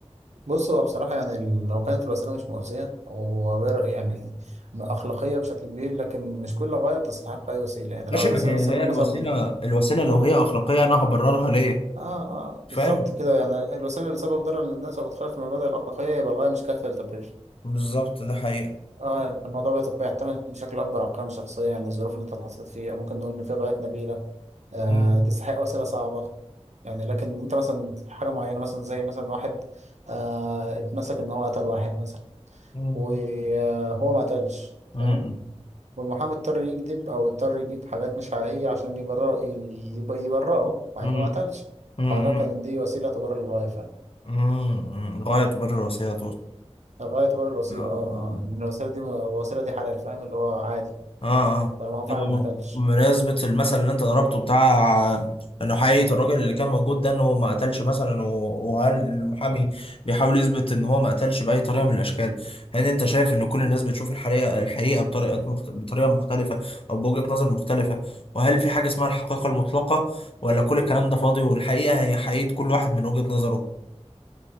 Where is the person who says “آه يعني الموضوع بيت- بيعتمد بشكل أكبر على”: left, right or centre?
Right